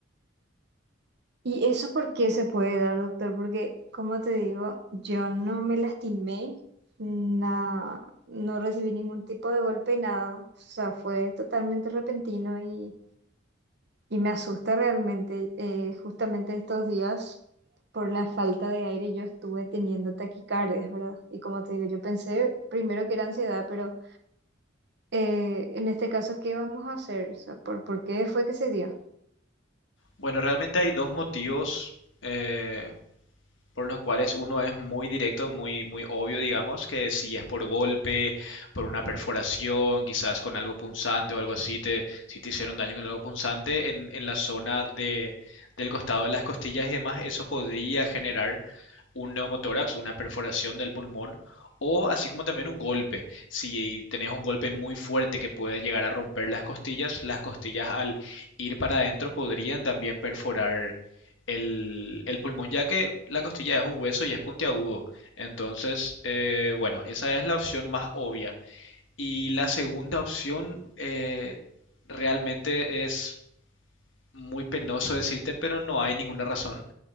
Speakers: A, on the right; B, on the left.
A: ¿Y eso por qué se puede dar, doctor? Porque, como te digo, yo no me lastimé, na- no recibí ningún tipo de golpe, nada. O sea, fue totalmente repentino y Y me asusta realmente, eh, justamente estos días, por la falta de aire, yo estuve teniendo taquicardias, ¿verdad? Y como te digo, yo pensé primero que era ansiedad, pero eh, en este caso, ¿qué vamos a hacer? O sea, ¿por, por qué fue que se dio?
B: Bueno, realmente hay dos motivos eh, por los cuales uno es muy directo, muy, muy obvio, digamos, que si es por golpe, por una perforación, quizás con algo punzante o algo así, te, si te hicieron daño con algo punzante en, en la zona de, del costado de las costillas y demás, eso podría generar un neumotórax, una perforación del pulmón, o así como también un golpe. Si tenés un golpe muy fuerte que puede llegar a romper las costillas, las costillas al ir para adentro podrían también perforar el, el pulmón, ya que la costilla es un hueso y es puntiagudo. Entonces, eh, bueno, esa es la opción más obvia. Y la segunda opción eh, realmente es muy penoso decirte, pero no hay ninguna razón.